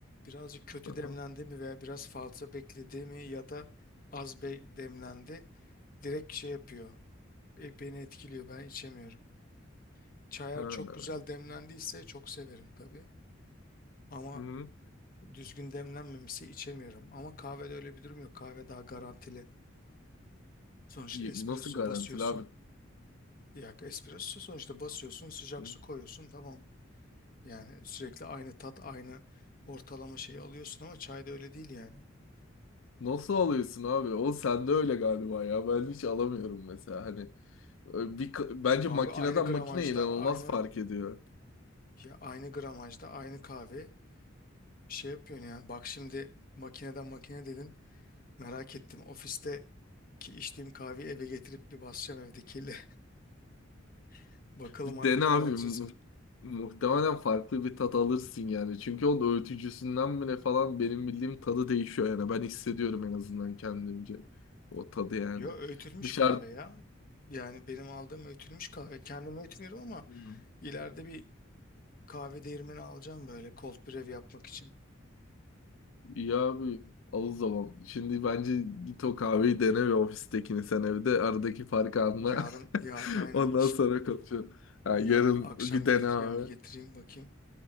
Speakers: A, on the left; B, on the left.
A: birazcık kötü
B: Aha.
A: demlendi mi veya biraz fazla bekledi mi ya da az be demlendi direkt şey yapıyor E, beni etkiliyor. Ben içemiyorum. Çayar
B: Ha.
A: çok güzel demlendiyse çok severim tabii. Ama
B: Hı.
A: düzgün demlenmemişse içemiyorum. Ama kahvede öyle bir durum yok. Kahve daha garantili. Sonuçta
B: Y-
A: espresso
B: Nasıl garantili
A: basıyorsun.
B: abi?
A: Ya espresso sonuçta basıyorsun, sıcak
B: Hı.
A: su koyuyorsun, tamam. Yani sürekli aynı tat, aynı ortalama şeyi alıyorsun ama çayda öyle değil yani.
B: Nasıl alıyorsun abi? O sende öyle galiba ya. Ben hiç alamıyorum mesela. Hani ö- bir ka- bence
A: Abi
B: makineden
A: aynı gramajda
B: makine inanılmaz
A: aynı
B: fark ediyor.
A: ya aynı gramajda aynı kahve şey yapıyorsun yani. Bak şimdi makineden makine dedin. Merak ettim. Ofiste ki içtiğim kahveyi eve getirip bir basacağım evdekiyle. <laughs> Bakalım
B: Bir
A: aynı
B: dene
A: tadı
B: abi.
A: alacağız
B: Mu-
A: mı?
B: muhtemelen farklı bir tat alırsın yani. Çünkü onun öğütücüsünden mi ne falan benim bildiğim tadı değişiyor yani. Ben hissediyorum en azından kendimce. O tadı yani.
A: Yo öğütülmüş
B: Dışarı
A: kahve ya. Yani benim aldığım öğütülmüş kahve. Kendim öğütmüyorum ama
B: Hmm.
A: ileride bir kahve değirmeni alacağım böyle cold brew yapmak için.
B: İyi abi al o zaman. Şimdi bence git o kahveyi dene ve ofistekini sen evde. Aradaki farkı anla.
A: Yarın, yarın
B: <laughs>
A: aynen.
B: Ondan sonra konuşalım. Ha,
A: Yarın
B: yarın
A: akşam
B: bir
A: gelirken
B: dene abi.
A: bir getireyim bakayım.